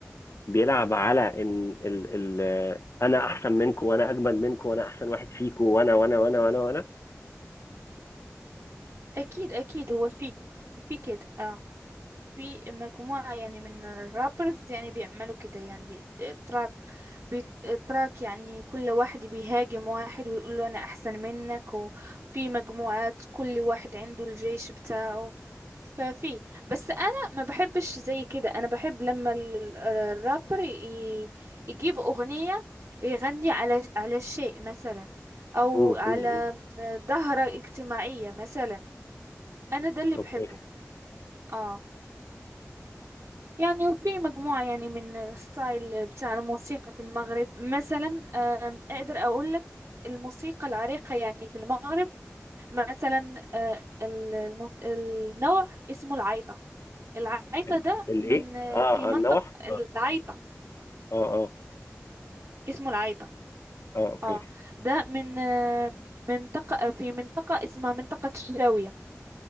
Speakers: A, on the left; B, on the right.
A: بيلعب على ان ال ال انا احسن منكم وانا اجمد منكم وانا احسن واحد فيكم وانا وانا وانا وانا وانا
B: اكيد اكيد هو في في كده اه في مجموعة يعني من الرابرز يعني بيعملوا كده يعني تراك بي تراك يعني كل واحد بيهاجم واحد ويقول له أنا أحسن منك وفي مجموعات كل واحد عنده الجيش بتاعه ففي بس أنا ما بحبش زي كده أنا بحب لما ال- ال- الرابر ي- يجيب أغنية يغني على على شيء مثلا أو
A: مم، مم،
B: على
A: مم.
B: آه، ظاهرة اجتماعية مثلا أنا ده اللي
A: اوكي
B: بحبه اه يعني وفي مجموعة يعني من ستايل بتاع الموسيقى في المغرب مثلا آم، أقدر أقول لك الموسيقى العريقة يعني في المغرب مثلا آه، ال- الموس- النوع اسمه العيطة العيطة
A: ال-
B: ده
A: الايه
B: من آه،
A: اه
B: في منطقة
A: آه، النوح
B: العيطة
A: اه اه اه
B: اسمه العيطة
A: اه اوكي
B: اه ده من آه، منطقة آه، في منطقة اسمها منطقة الشاوية